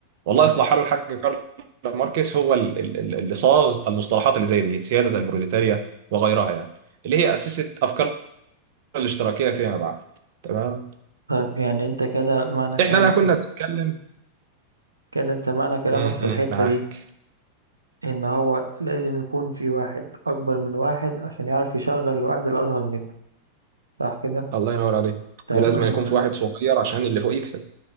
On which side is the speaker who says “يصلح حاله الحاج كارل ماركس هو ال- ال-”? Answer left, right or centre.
Right